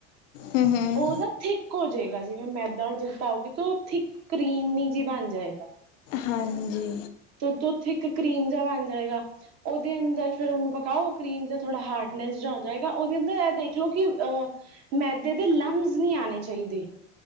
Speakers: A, on the left; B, on the right.
A: ਹੂੰ ਹੂੰ
B: ਉਹ ਨਾ ਥਿਕ ਹੋ ਜੇ। ਜਿਵੇਂ ਮੈਦਾ ਜੇ ਪਾਓਗੇ ਤਾਂ ੳ ਥਿਕ ਕਰੀਮ ਹੀ ਜੀ ਬਣ ਜਾਏਗਾ।
A: ਹਾਂਜੀ
B: ਤੇ ਉੱਥੇ ਥਿਕ ਕਰੀਮ ਜਿ ਬਣ ਜਾਏਗਾ, ਉਹਦੇ ਅੰਦਰ ਫਿਰ ਉਹਨੂੰ ਪਕਾਓ, ਕਰੀਮ ਜ ਥੋੜਾ ਹਾਰਡਨੈਸ ਜ ਹੋ ਜਾਏਗਾ ਉਹਦੇ ਅੰਦਰ ਇਹ ਦੇਖ ਲੋ ਕਿ ਅ ਮੈਦੇ ਦੇ ਲਮਸ ਨਹੀਂੀ ਆਣੇ ਚਾਹੀਦੇ।